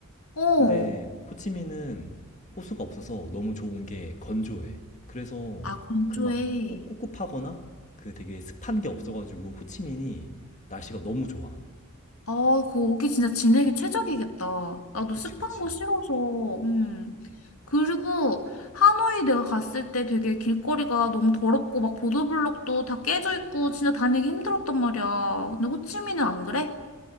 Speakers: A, on the left; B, on the left.
A: 어.
B: 근데 호치민은 호수가 없어서 너무 좋은 게 건조해. 그래서
A: 아, 건조해.
B: 그 막 꿉꿉하거나 그 되게 습한 게 없어가지고 호치민이 날씨가 너무 좋아.
A: 아, 그 오기 진짜 지내기 최적이겠다. 나도
B: 그치,
A: 습한
B: 그치.
A: 거 싫어서. 음. 그리고 하노이 내가 갔을 때 되게 길거리가 너무 더럽고 막 보도블록도 다 깨져 있고 진짜 다니기 힘들었단 말이야. 근데 호치민은 안 그래?